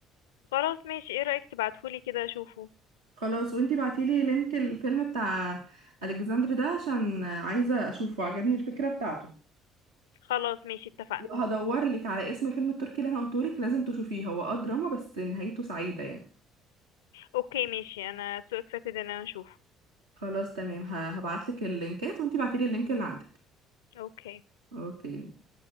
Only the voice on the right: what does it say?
خلاص وانتي بعتيلي لينك الفيلم بتاع الكسندر ده عشان عايزه اشوفه عجبني الفكره بتاعته
وهدور لك على اسم فيلم التركي اللي انا قلته لك لازم تشوفيه هو اه دراما بس نهايته سعيده يعني
خلاص تمام هبعت لك اللينكات وانتي بعتيلي اللينك اللي عندك
اوكي